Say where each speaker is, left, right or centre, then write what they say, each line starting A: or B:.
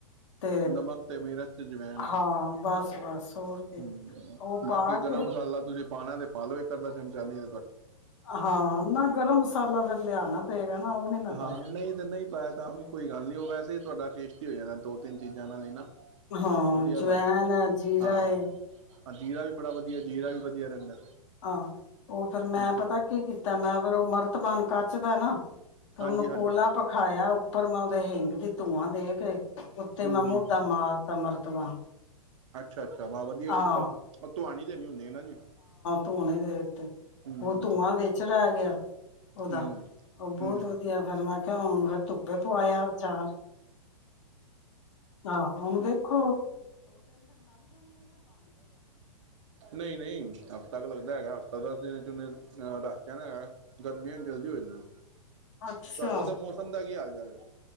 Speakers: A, on the left; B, on the right.
A: ਤੇ
B: ਨਮਸ ਤੇ ਮਿਰਜ। ਜਵੈਨ
A: ਹਾਂ ਬਸ ਬਸ ਹੋਰ ਕੇ
B: ਹੂੰ
A: ਉਹ
B: ਬਾਕੀ
A: ਪਾ
B: ਗਰਮ
A: ਕੇ
B: ਮਸਾਲਾ ਤੁਸੀਂ ਪਾਣਾ ਤੇ ਪਾਲੋ ਇੱਕ ਅੱਧਾ ਚਮਚਾ ਨੀ
A: ਹਾਂ ਨਾ ਗਰਮ ਮਸਾਲਾ ਫਿਰ ਲਿਆਉਣਾ ਪਏਗਾ। ਨਾ ਉਹ ਨੀ ਮੈਂ
B: ਹਾਂ,
A: ਪਾਇਆ
B: ਨਹੀਂ ਤੇ ਨਹੀਂ। ਤਾਂ ਵੀ ਕੋਈ ਗੱਲ ਨਹੀਂ ਉਹ ਵੈਸੇ ਤੁਹਾਡਾ ਟੇਸਟੀ ਹੋ ਜਾਣਾ ਦੋ-ਤਿੰਨ ਚੀਜ਼ਾਂ ਨਾਲ ਹੀ ਨਾ।
A: ਹਾਂ,
B: ਵਧੀਆ
A: ਜਵੈਨ
B: ਬਣ ਜਾਣਾ
A: ਹੈ ਜੀਰਾ
B: ਹਾਂ
A: ਹੈ।
B: ਜੀਰਾ ਵੀ ਬੜਾ ਵਧੀਆ ਜੀਰਾ ਵੀ ਵਧੀਆ ਰਹਿੰਦਾ।
A: ਹਾਂ, ਉਹ ਫੇਿਰ ਮੈਂ
B: ਹੂੰ
A: ਪਤਾ ਕੀ ਕੀਤਾ ਮੈਂ ਫਿਰ ਉਹ ਮਰਤਬਾਨ ਕੱਚ ਦਾ ਹੈ ਨਾ ਤੇ
B: ਹਾਂਜੀ
A: ਉਹਨੂੰ
B: ਹਾਂਜੀ
A: ਕੋਲਾ ਭਖਾਇਆ ਉੱਪਰ ਮੈਂ ਉਹਦੇ ਹਿਂਗ ਦੀ ਧੂੰਆਂ ਦੇ ਕੇ ਉੱਤੇ
B: ਹੂੰ-ਹੂੰ,
A: ਮੈਂ ਮੂੰਦਾ ਮਾਰ ਕੇ ਤੇ ਮਰਤਬਾਨ
B: ਅੱਛਾ-ਅੱਛਾ ਬ ਵਧੀਆ
A: ਹਾਂ
B: ਕੀਤਾ ਉਹ ਧੁਆਣੀ ਦੇਣੀ ਹੁੰਦੀ ਹੈਨਾ ਜੀ।
A: ਧੋਣੇ ਦੇਤੇ।
B: ਹੂੰ,
A: ਉਹ ਧੂੰਆਂ ਵਿਚ ਰਹਿ ਗਿਆ ਉਹਦਾ,
B: ਹੂੰ,
A: ਉਹ ਬਹੁਤ
B: ਹੂੰ,
A: ਵਧੀਆ
B: ਹੂੰ।
A: ਫਿਰ ਮੈਂ ਕਉ ਫਿਰ ਧੁੱਪ ਫਿਰ ਪਵਾਇਆ ਅਚਾਰ ਹਾਂ, ਹੁਣ ਦੇਖ ਖ
B: ਨਹੀਂ-ਨਹੀਂ, ਹਫਤਾ ਕੁ ਲਗ ਹੈਗਾ ਹਫ਼ਤਾ ਦਸ ਦਿਨ ਚ ਉਹਨੇ ਰੱਸ ਜਾਨਾ ਹੈਗਾ। ਗਰਮੀਆਂ ਚ ਜਲਦੀ ਹੋ ਜਾਂਦਾ,
A: ਅੱਛਾ
B: ਤੁਹਾਡੇ ਉਥੇ ਮੌਸਮ ਦਾ ਕੀ ਹਾਲ ਜ਼ਿਆਦਾ